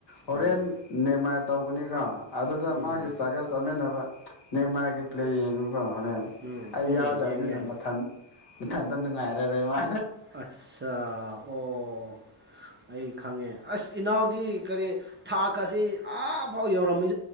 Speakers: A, on the left (about 55°); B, on the right (about 25°).
A: ꯍꯣꯔꯦꯟ
B: ꯎꯝ
A: ꯅꯦꯃꯥꯔ ꯇꯧꯕꯅꯤꯀꯣ ꯑꯗꯨꯗ
B: ꯎꯝ
A: ꯃꯥꯒꯤ ꯏꯁꯇ꯭ꯔꯥꯏꯀꯔ ꯆꯠꯃꯤꯟꯅꯕ ꯅꯦꯝꯃꯔꯒ ꯄ꯭ꯂꯦ ꯌꯦꯡꯉꯨꯀꯣ ꯍꯣꯔꯦꯟ
B: ꯎꯝ
A: ꯑꯩ
B: ꯎꯝ
A: ꯌꯥꯎꯗꯕꯅꯤꯅ
B: ꯌꯦꯡ ꯌꯦꯡ
A: ꯃꯊꯟ ꯃꯊꯟꯇꯥ ꯅꯨꯉꯥꯏꯔꯔꯣꯏ ꯃꯥ
B: ꯑꯠꯆꯥꯥ ꯑꯣ ꯑꯩ ꯈꯪꯉꯦ ꯑꯁ ꯏꯅꯥꯎꯗꯤ ꯀꯔꯤ ꯊꯥꯛ ꯀꯥꯁꯤ ꯑꯥꯐꯥꯎ ꯌꯧꯔꯝꯃꯤ